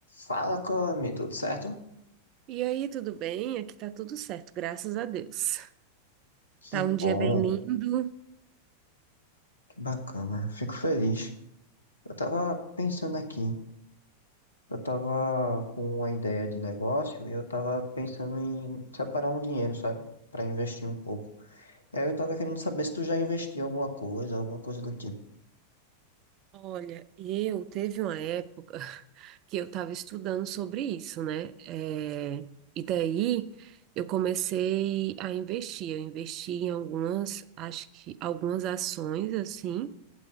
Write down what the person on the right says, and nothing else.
E aí, tudo bem? Aqui tá tudo certo, graças a Deus.
Tá um
dia bem lindo.
Olha, eu teve uma época <laughs> que eu tava estudando sobre isso, né? É, e daí eu comecei a investir. Eu investi em algumas, acho que algumas ações assim.